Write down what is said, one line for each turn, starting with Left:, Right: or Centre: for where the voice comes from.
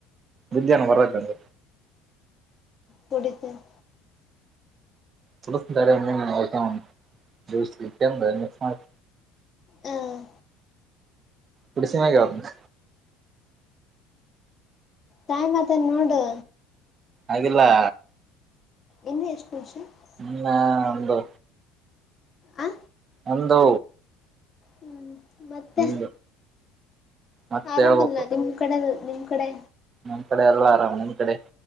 Right: ಬಿದ್ಯನ್ ಹಂಗಾರೆ ಬಲ್ಲಿ
Left: ಕುಡಿತೀನ್
Right: ಕುಡಿಸ್ತೀನ್ ತಡಿ ಒಂದಿನನ ಆಯ್ತಾ ಜ್ಯೂಸಿಗ್ ತಂದು ಮಿಕ್ಸ್ ಮಾಡ್
Left: ಹ್ಮ್
Right: ಕುಡಿಸಿಮ್ಯಾಗ್ ಹೇಳ್ತಿನಿ.
Left: ತಾಯಿ ಮಾತನ್ ನೂಡೆ
Right: ಆಗಿಲ್ಲಾ
Left: ಇನ್ನು ಎಷ್ಟ್ <unintelligible>
Right: ಇನ್ನ ಒಂದು
Left: ಆ
Right: ಒಂದು
Left: ಹ್ಮ್ ಮತ್ತೆ
Right: ಒಂದು ಮತ್ತೆ
Left: ಆರಾಮಲ್ಲ
Right: ಹೇಳ್ಬೇಕು
Left: ನಿಮ್ ಕಡೆದ್ ನಿಮ್ ಕಡೆ
Right: ನಮ್ ಕಡೆ ಎಲ್ಲ ಆರಾಮ್ ನಿಮ್ ಕಡೆ